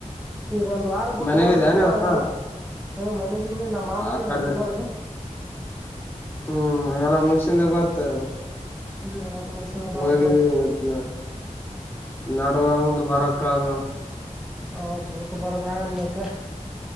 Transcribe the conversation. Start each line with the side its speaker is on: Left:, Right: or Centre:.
Centre: ಈಗ ಒಂದ್ ವಾರ ಬಿಟ್ಟ
Left: ಮನೆಗಿದ್ಯಾ
Centre: ಬರ್ಬೇಕಪ್ಪಾ
Left: ನೀವತ್ತ
Centre: ಎಲ್ಲ ಮನೆಗ ಇನ್ನಿ ನಮ್ಮ ಮಾಮೂಗೆ
Left: ಆ ಕಡೆ
Centre: ನ ಟಲರ್ಗೆ
Left: ಹ್ಮ್ ಎಲ್ಲ ಮುಗಸಿಂದ ಬರ್ತ ಅದ
Centre: ಹ್ಮ್ ಮುಗಿಸಿಂದ
Left: ಹೋಗಿದೀವಿ
Centre: ಬರಬೇಕ್ ಮತ್ತೆ
Left: ಮತ್ತ ನಡವಂಗ ಬರಕ್ಕಾಗ
Centre: ಅವಔರು ಬಟ ಬರ್ ಭಾಗಲ್ ಮಕ್ಕೆ